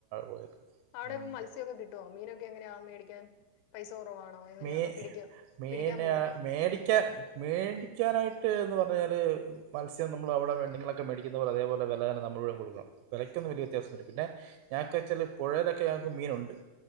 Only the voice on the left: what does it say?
അവിടെ
ഇപ്പ മത്സ്യമൊക്കെ കിട്ടുവോ മീനൊക്കെ എങ്ങനെയാ മേടിക്കാൻ പൈസ കുറവാണോ എങ്ങനെയാ
അതോ പിടിക്ക
പിടിക്കാൻ പോവോ